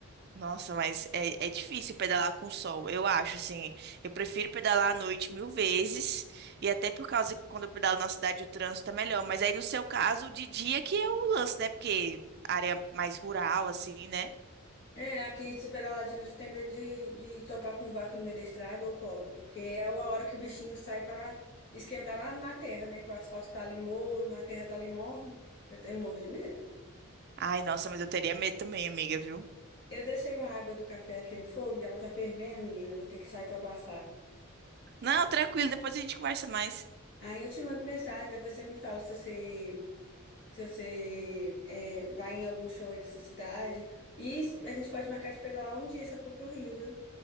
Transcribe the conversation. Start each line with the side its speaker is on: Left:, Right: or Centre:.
Right: Nossa, mas é, é difícil pedalar com sol, eu acho, assim. Eu prefiro pedalar à noite mil vezes, e até por causa que quando eu pedalo na cidade o trânsito é melhor. Mas aí, no seu caso, de dia que é o lance, né? Porque área mais rural, assim, né?
Left: É, aqui super aladino já tem medo de, de topar com vaca no meio da estrada ou cobra, porque é a hora que o bichinho sai pra esquentar na, na terra, né? Que o asfalto tá ali morno, a terra tá ali morna. Eu tenho morro de medo.
Right: Ai, nossa, mas eu teria medo também, amiga, viu?
Left: Eu deixei uma água do café aqui no fogo e ela tá fervendo, menina. Eu vou ter que sair pra passar.
Right: Não, tranquilo, depois a gente conversa mais.
Left: Aí eu te mando mensagem, depois você me fala se você, se você é, vai em algum show aí dessa cidade. E a gente pode marcar de pedalar um dia se eu for pro Rio, viu?